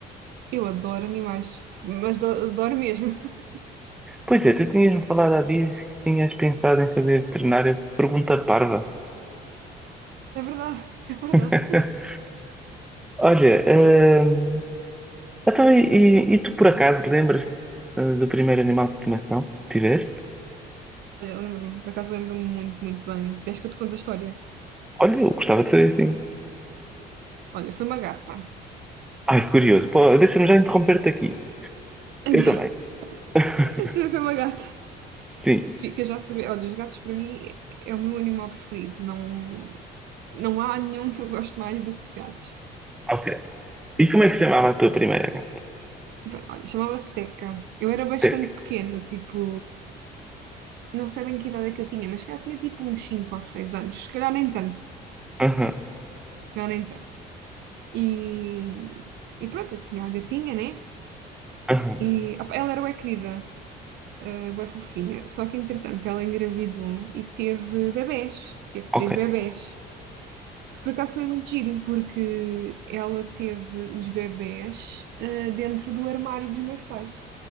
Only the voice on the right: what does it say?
eu adoro animais, mas do- adoro mesmo. <laughs>
É verdade, é verdade.
Olha, lembro-me, por acaso lembro-me muito, muito bem. Queres que eu te conte a história?
Olha, foi uma gata.
Então,
<laughs> também foi uma gata.
Fica já a saber. Olha, os gatos para mim é o meu animal preferido. Não, não há nenhum que eu goste mais do que gatos.
Pronto, Olha, chamava-se Teca. Eu era bastante
pequena, tipo, não sei bem que idade é que eu tinha, mas se calhar tinha tipo uns 5 ou 6 anos, se calhar nem tanto.
se calhar nem tanto. E, e pronto, eu tinha a gatinha, né?
E opa, ela era bem querida, uh, bem fofinha. Só que entretanto ela engravidou e teve bebés, teve três
bebés. Que por acaso foi muito giro, porque ela teve os bebés uh, dentro do armário dos meus pais.